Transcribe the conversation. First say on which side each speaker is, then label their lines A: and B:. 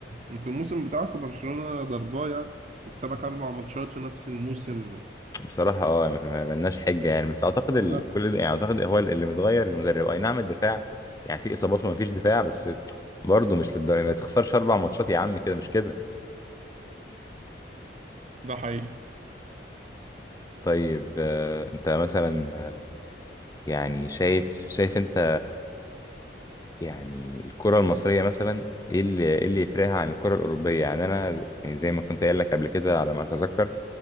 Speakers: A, on the right; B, on the left.
A: انتوا الموسم بتاعكم برشلونة ضرباه يعني تكسبك أربع ماتشات في نفس الموسم
B: بصراحة اه ما ما ملناش حجة يعني بس اعتقد ال-
A: آه،
B: كل ده يعني اعتقد هو اللي متغير المدرب اي نعم الدفاع يعني في اصابات وما فيش دفاع بس برضه مش للدرجة ما تخسرش اربع ماتشات يا عم كده مش كده
A: ده حقيقي
B: طيب آه، انت مثلا آه، يعني شايف شايف انت يعني الكرة المصرية مثلا ايه اللي ايه اللي يفرقها عن الكرة الأوروبية يعني انا يعني زي ما كنت قايل لك قبل كده على ما اتذكر